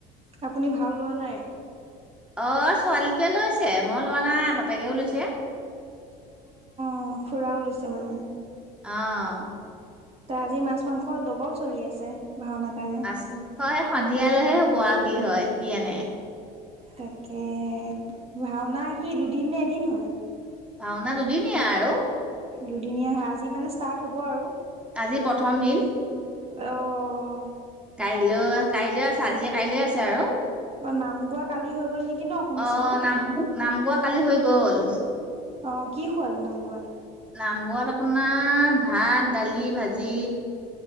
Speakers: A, on the right (about 35°); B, in the centre.
A: আপুনি ভাও লোৱা নাই?
B: অ ছোৱালীটোৱে লৈছে মই লোৱা নাই বাপেকেও লৈছে।
A: অ খুৰাও লৈছে মানে?
B: আহ
A: এ আজি মাছ মাংস ডবল চলি আছে। ভাওনাৰ কাৰণে
B: মাছ মাংস সন্ধিয়ালৈহে হব আৰু কি হয় কি আনে।
A: তাকে, ভাওনা সি দুদিন নে এদিন হব?
B: ভাওনা দুদিনিয়া আৰু।
A: দুদিনীয়া হয় আজি মানে ষ্টাৰ্ট হব আৰু।
B: আজি প্ৰথম দিন
A: অ
B: কাইলৈ কাইলৈ আছে আজি কাইলৈ আছে আৰু।
A: অ নাম গোৱা কালি হৈ গল নেকি ন শুনিছিলো
B: অ নাম নাম গোৱা কালি হৈ গল
A: অ কি খোৱাল নাম গোৱাত
B: নাম গোৱাত আপোনাৰ ভাত দালি ভাজি